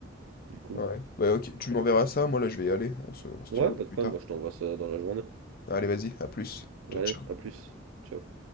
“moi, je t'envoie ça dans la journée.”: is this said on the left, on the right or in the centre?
Right